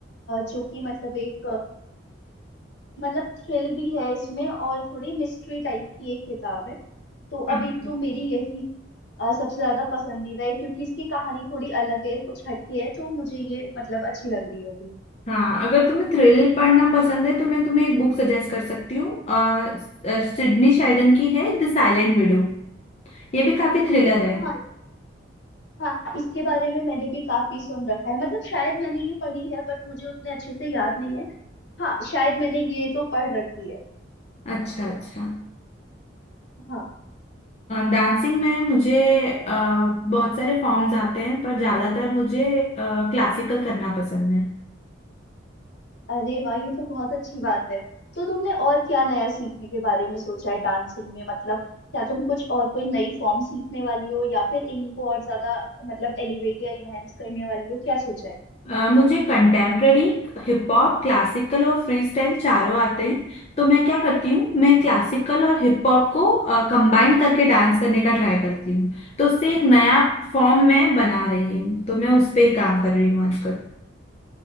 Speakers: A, on the left (about 65°); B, on the left (about 35°).
A: जो कि मतलब एक अ, मतलब थ्रिल भी है इसमें और थोड़ी मिस्ट्री टाइप की एक किताब है तो
B: अच्छा।
A: अभी तो मेरी यही अ, सबसे ज्यादा पसंदीदा है क्योंकि इसकी कहानी थोड़ी अलग है कुछ हटके है तो मुझे ये मतलब अच्छी लग रही है अभी
B: हाँ अगर तुम्हें थ्रिल पढ़ना पसंद है तो मैं तुम्हें एक बुक सजेस्ट कर सकती हूँ अ, सिडनी शेल्डन की है द साइलेंट विडो ये भी काफी थ्रिलर है
A: हाँ हाँ इसके बारे में मैंने भी काफी सुन रखा है मतलब शायद मैंने ये पढ़ी है बट मुझे उतने अच्छे से याद नहीं है हाँ शायद मैंने ये तो पढ़ रखी है
B: अच्छा अच्छा
A: हाँ
B: डांसिंग में मुझे अ, बहुत सारे फॉर्म्स आते हैं पर ज़्यादातर मुझे क्लासिकल करना पसंद है
A: अरे वाह ये तो बहुत अच्छी बात है तो तुमने और क्या नया सीखने के बारे में सोचा है डांसिंग में मतलब क्या तुम कुछ और कोई नई फॉर्म सीखने वाली हो या फिर इन्हीं को और ज्यादा मतलब एलिवेट या इनहेंस करने वाली हो क्या सोचा है
B: अ, मुझे कंटेम्प्ररी हिप हॉप क्लासिकल और फ्री स्टाइल चारों आते हैं तो मैं क्या करती हूँ मैं क्लासिकल और हिप हॉप को कंबाइन करके डांस करने का ट्राई करती हूँ तो उससे एक नया फॉर्म मैं बना रही हूँ तो मैं उस पर ही काम कर रही हूँ आजकल